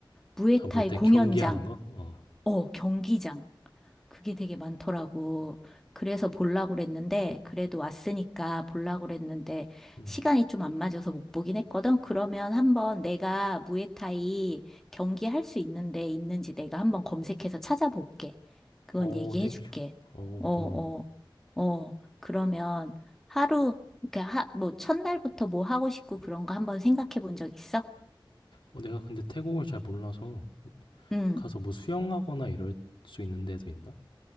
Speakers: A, in the centre; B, on the left.
A: 무에타이
B: 아, 무에타이
A: 공연장,
B: 경기하는 거? 어.
A: 어, 경기장. 그게 되게 많더라고. 그래서 보려고 그랬는데, 그래도 왔으니까 보려고 그랬는데,
B: 음.
A: 시간이 좀 안 맞아서 못 보긴 했거든. 그러면 한번 내가 무에타이 경기 할 수 있는데 있는지 내가 한번 검색해서 찾아볼게. 그건
B: 어
A: 얘기해
B: 땡큐.
A: 줄게.
B: 어
A: 어,
B: 고마워.
A: 어, 어. 그러면 하루, 그러니까 하, 뭐 첫날부터 뭐 하고 싶고 그런 거 한번 생각해 본 적 있어?
B: 어 내가 근데 태국을 잘 몰라서
A: 응.
B: 가서 뭐 수영하거나 이럴 수 있는 데도 있나?